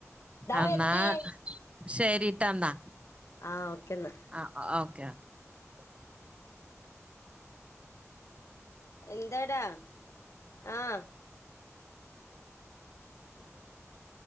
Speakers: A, on the right; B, on the left.
A: എന്നാ
B: വരുന്നേ
A: ശരിട്ടന്നാ
B: ആഹ് ഓക്കെന്നാ
A: ആഹ് ഓക്കെ ഓക്കെ
B: <inaudible> എന്തെടാ ആഹ് <inaudible>